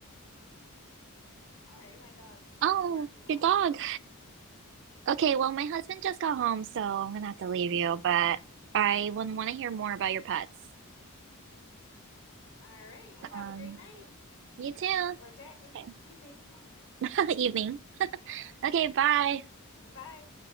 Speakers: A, on the left; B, on the right.
A: sorry, my dog's
B: Oh,
A: barking a
B: your
A: little
B: dog.
A: bit.
B: Okay, well, my husband just got home, so I'm gonna have to leave you, but I would want to hear more about your pets.
A: All right, you have
B: Um,
A: a great night
B: you too.
A: or day,
B: Okay,
A: evening.
B: okay. <laughs> Evening. Okay, bye.
A: Bye.